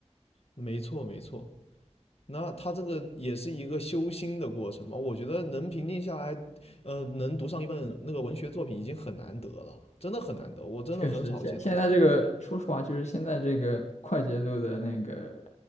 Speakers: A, on the left; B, on the left.
A: 没错没错，那他这个也是一个修心的过程嘛。我觉得能平静下来，呃，能读上一本那个文学作品已经很难得了，真的很难得，我真的很少见到这样。
B: 确实，现现在这个说实话，就是现在这个快节奏的那个